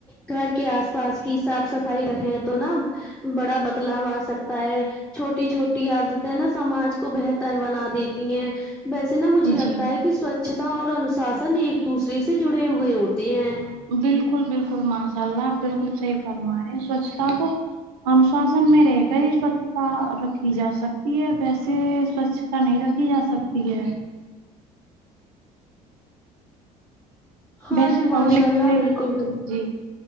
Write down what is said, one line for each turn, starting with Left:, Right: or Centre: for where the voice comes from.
Centre: گھر کے آس پاس کی صاف صفائی رکھیں تو نا بڑا بدلاؤ آ سکتا ہے چھوٹی چھوٹی عادتیں نا سماج کو بہتر بنا دیتی ہیں ویسے نا مجھے لگتا
Right: جی
Centre: ہے کہ سوچھتا اور انوشاسن ایک دوسرے سے جڑے ہوئے ہوتے ہیں
Right: بالکل بالکل ماشاء اللہ آپ بالکل صحیح فرماے ہیں سوچھتا کو انوشاسن میں رہ کر ہی سوچھ رکھی جا سکتی ہے ویسے سوچھتا نہیں رکھی جا سکتی ہے
Centre: ہاں
Right: ویسے
Centre: جی
Right: پبلک
Centre: ماشاء اللہ
Right: پلیس
Centre: بالکل بال
Right: جی